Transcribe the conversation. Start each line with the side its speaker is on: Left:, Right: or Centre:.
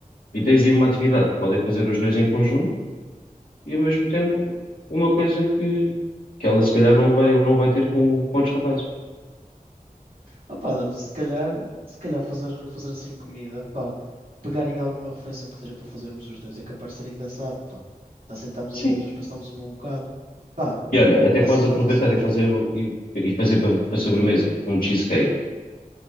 Left: e tens aí uma atividade. Podem fazer os dois em conjunto e ao mesmo tempo uma coisa que, que ela se calhar não vai, não vai ter com, com outros rapazes.
Right: Opa, olha, se calhar, se calhar fazer, fazer assim comida, pá, pegarem alguma refeição que seja para fazermos os dois, é capaz de ser engraçado, pá. Assim estamos
Left: Sim.
Right: ali os dois, passamos um bom bocado. Pá,
Left: E olha, até
Right: assim
Left: podes
Right: para
Left: aproveitar
Right: fazer. Diz-me,
Left: e fazer, o- e, e fazer para para sobremesa, tipo um cheesecake,